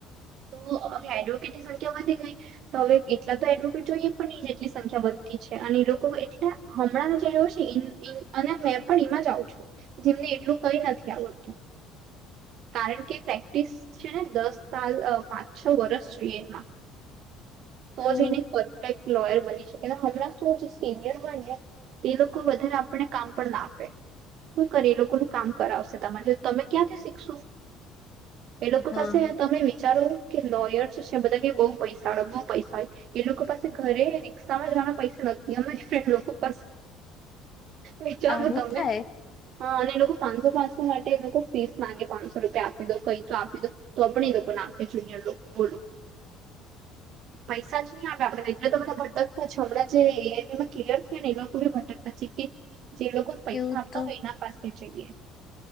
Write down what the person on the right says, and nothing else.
તો હવે એડવોકેટ ની સંખ્યા વધે કઈ તો હવે એટલા તો એડવોકેટ પણ નહી એટલી સંખ્યા વધતી છે. અને એ લોકો એટલા હમણાં જે રહ્યો છે ઈન પિન અને મેં પણ એમાં જઉં છું. જેમને એટલું કઈ નથી આવડતું કારણ કે પ્રેક્ટિસ છે ને દસ સાલ પાંચ-છ વરષ જોઈએ એમાં, તો
જ એની પરફેક્ટ લોયર બની શકે. હમંણા તું સિનિયર હોય ને તે લોકો વધારે આપણને કામ પણ ના આપે. તો કરીલો લોકોનું કામ કરાવશે, તા માટે તમે ક્યાંથી શીખશો? એ લોકો
પાસે
તમે વિચારો કે લોયર છે બધા કે બઉ પૈસા, બઉ પૈસા હોય. એ લોકો પાસે ઘરે રિક્ષામાં જવાના પૈસા નથી અમારી ફ્રેન્ડ લોકો પાસે વિચારો
તમે
હા અને એ લોકો પાંચસો પાંસો માટે એ લોકો ફીસ માંગે પાંચસો રૂપિયા આપી દો કઈ તો આપી દો તો આપણે લોકો ના આપે જુનિર લોકો બોલો મૈસાજ નહી આવે આપડને એટલે તો બધા ભટકતા છ. હમણાં જે કલિયર થયા ને એ લોકો બી ભટકતા છે કે જે લોકો પૈસા
આપતા
હોય એના પાસે જઈએ.